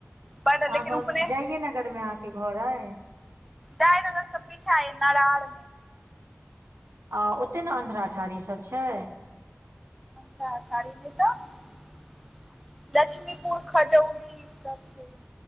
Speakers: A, in the centre; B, on the right.
A: बड
B: अहाँ
A: लेकिन
B: सब
A: उपने
B: जाइये नगरमे अहाँके घर अइ।
A: जयनगर स पीछा ए नरार
B: आ ओते ने अन्ध्रा ठारी सब छै।
A: अंधरा ठारी कतह <inaudible> लक्ष्मीपुर खजोली सब ठीक।